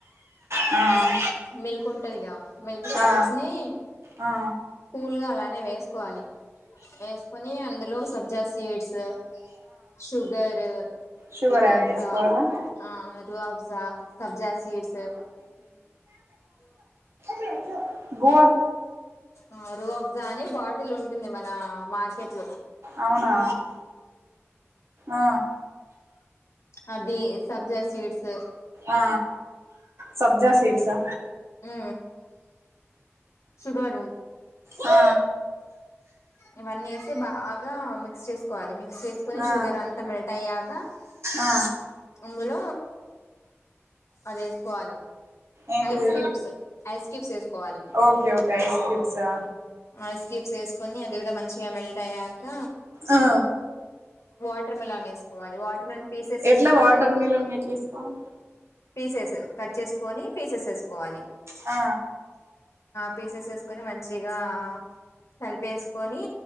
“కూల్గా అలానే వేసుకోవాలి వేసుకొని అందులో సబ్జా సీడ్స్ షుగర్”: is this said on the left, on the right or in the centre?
Left